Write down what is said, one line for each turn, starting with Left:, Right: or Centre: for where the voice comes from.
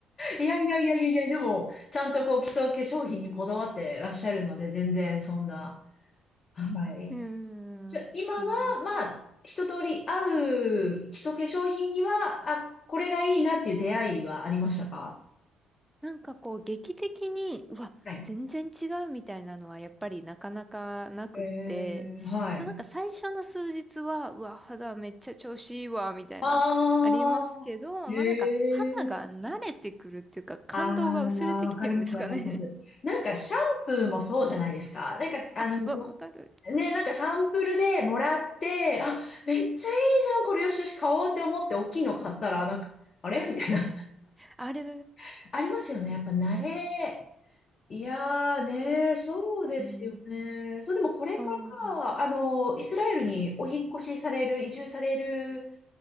Left: いやいやいやいやいや、でも、ちゃんとこう基礎化粧品にこだわってらっしゃるので、全然そんな、はい。
Centre: うーん。
Left: じゃあ、今は、
Centre: 全然。
Left: まあ、一通り合う基礎化粧品には、あ、これがいいなっていう出会いはありましたか
Centre: なんかこう劇的に、うわ、
Left: はい。
Centre: 全然違うみたいなのはやっぱりなかなかなくって、
Left: えー、はい。
Centre: そうなんか最初の数日は、うわ、肌めっちゃ調子いいわ、みたいな、
Left: あー、
Centre: ありますけど、まあなんか肌が慣れてくるっていうか感動が薄れてきてるんですかね。
Left: へえああわかります、わかります。なんか、シャンプーもそうじゃないですか。なんか、
Centre: <laughs>
Left: あの、
Centre: わ、
Left: そ
Centre: わかる。
Left: の、ね、なんかサンプルでもらって、あ、めっちゃいいじゃん、これよしよし買おうって思って、大きいの買ったら、なんか、あれみたいな。
Centre: あれ、
Left: <laughs> ありますよね。やっぱ慣れ。いやーねー、そうですよね。
Centre: うん、
Left: そう、でもこれか
Centre: そうです。
Left: ら、あの、イスラエルにお引っ越しされる、移住される